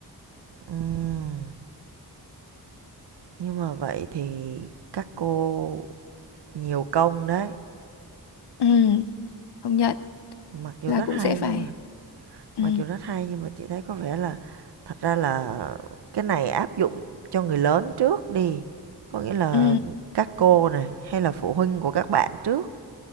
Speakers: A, on the right (about 90°); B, on the left (about 85°).
A: ừm, nhưng mà vậy thì các cô nhiều công đấy.
B: Ừ, công nhận.
A: Mặc dù
B: là
A: rất
B: cũng
A: hay
B: sẽ phải
A: nhưng mà
B: ừ
A: mặc dù rất hay nhưng mà chị thấy có vẻ là thật ra là cái này áp dụng cho người lớn trước đi, có nghĩa là
B: ừ
A: các cô này hay là phụ huynh của các bạn trước.